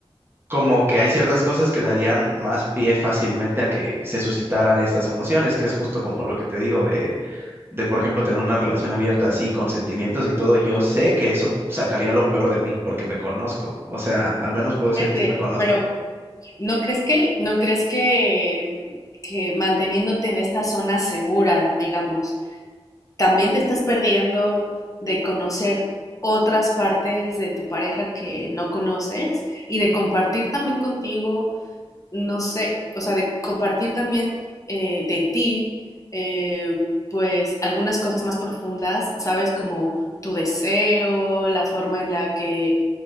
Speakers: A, on the right; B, on the left.
A: como que hay ciertas cosas que darían más pie fácilmente a que se suscitaran estas emociones, que es justo como lo que te digo de, de, por ejemplo, tener una relación abierta así, con sentimientos y todo. Yo sé que eso sacaría lo peor de mí, porque me conozco. O sea, al menos
B: Qué
A: puedo
B: fuerte.
A: decir que sí me conozco.
B: Pero ¿No crees que, no crees que, que manteniéndote en esta zona segura, digamos, también te estás perdiendo de conocer otras partes de tu pareja que no conoces y de compartir también contigo, no sé, o sea, de compartir también eh, de ti, eh, pues algunas cosas más profundas, sabes, como tu deseo, la forma en la que